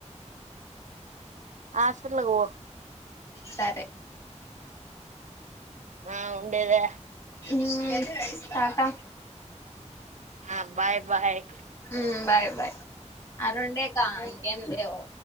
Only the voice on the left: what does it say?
సరే
ఊ టాటా
ఊ బాయ్ బాయ్ ఆ రెండే కా ఇంకేం లేదు